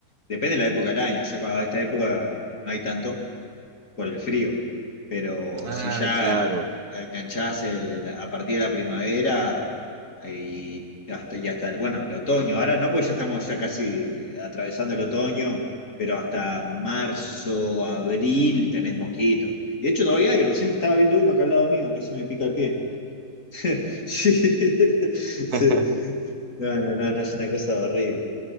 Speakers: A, on the left; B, on the right.
A: Depende de la época del año. Ya cuando esta época no hay tanto por el frío, pero
B: Ah,
A: si ya
B: claro.
A: enganchás el- a partir de la primavera y hasta, y hasta el, bueno, el otoño. Ahora no, porque ya estamos ya casi atravesando el otoño, pero hasta marzo, abril tenés mosquitos. Y De hecho, todavía hay, recién estaba viendo uno acá al lado mío, casi me pica el pie. <laughs> Sí, sí.
B: <laughs>
A: No, no, no, no es una cosa horrible.